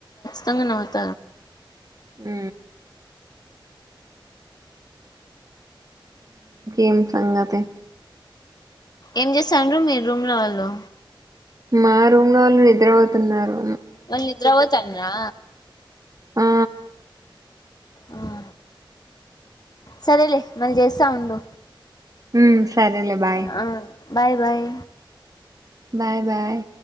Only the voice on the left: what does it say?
తంగనవత
ఏం చేస్తాను మీరు రూమ్లో వాళ్ళు
వళద్ర ఓతండరా
ఆ సరేలే మళ చేస్తా ఉండు
ఆ బాయ్ బాయ్